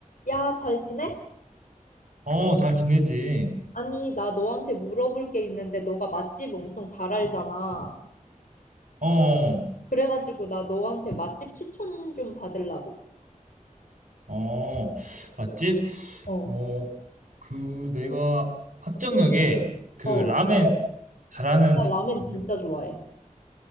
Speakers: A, on the left; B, on the right.
A: 야, 잘 지내?
B: 어, 잘 지내지.
A: 아니, 나 너한테 물어볼 게 있는데 너가 맛집 엄청 잘 알잖아.
B: 어,
A: 그래가지고 나 너한테 맛집 추천 좀 받으려고.
B: 어, 맛집?
A: 어,
B: 어, 그 내가 합정역에 그
A: 어.
B: 라멘 잘하는
A: 나
B: 집인데
A: 라멘 진짜 좋아해.